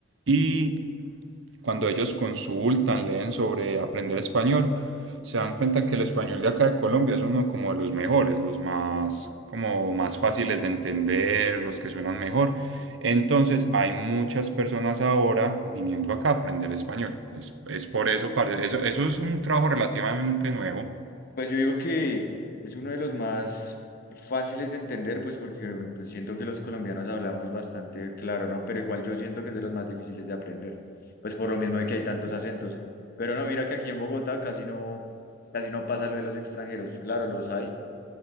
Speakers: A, on the right; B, on the left.
A: y cuando ellos consultan, leen sobre aprender español, se dan cuenta que el español de acá de Colombia es uno como de los mejores, los más, como más fáciles de entender, los que suenan mejor. Entonces hay muchas personas ahora viniendo acá a aprender español. Es, es por eso, parce, eso, eso es un trabajo relativamente nuevo.
B: Pues yo digo que es uno de los más fáciles de entender, pues porque pues, siento que los colombianos hablamos bastante claro, ¿no? Pero igual yo siento que es de los más difíciles de aprender, pues por lo mismo de que hay tantos acentos. Pero no, mira que aquí en Bogotá casi no, casi no pasa lo de los extranjeros. Claro, los hay